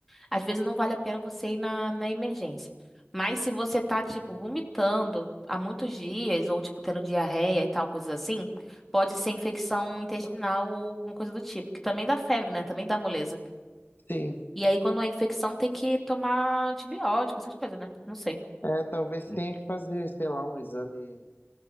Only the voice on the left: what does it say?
Sim,
é, talvez tenha que fazer, sei lá, um exame,